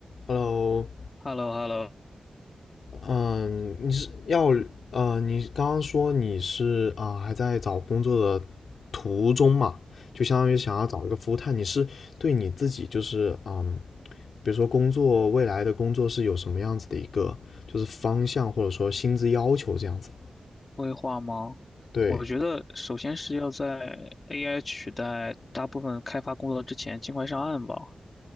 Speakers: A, on the left (about 75°); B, on the left (about 30°).
A: Hello，
B: h e l l o h e l l o
A: 嗯，你是要呃，你刚刚说你是啊、还在找工作的途中嘛？就相当于想要找一个 full time，你是对你自己就是嗯，比如说工作未来的工作是有什么样子的一个就是方向或者说薪资要求这样子？
B: 规划吗？
A: 对，
B: 我觉得首先是要在 AI 取代大部分开发工作之前尽快上岸吧。